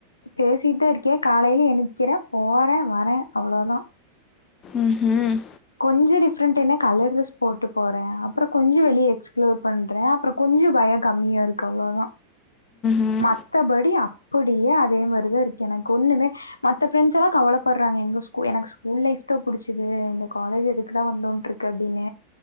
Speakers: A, on the left; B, on the left.
A: பேசிட்டே இருக்க காலையில எனிக்ற போறே வர அவ்ளோதா
B: ம் ம்
A: கொஞ்சோ டிஃப்ரெண்ட்ன்னா கலர் ட்ரெஸ் போட்டு போற அப்றோ கொஞ்சோ வெளிய எக்ஸ் ப்ளோர் பண்ற அப்றோ கொஞ்சோ பயோ கம்மியா இருக்கு அவ்ளோதா
B: ம்
A: மத்தபடி ஆ அப்டியே அதே மாரி தா இருக்கு எனக்கு ஒன்னுமே மத்த ஃபிரெண்ஸ் எல்லா கவலப்பட்றாங்க எங்க ஸூ எனக்கு ஸ்கூல் லைஃப் தா புடுச்சுது இந்த காலேஜ் எதுக்குடா வந்தோட்ருக்கு அப்டின்ன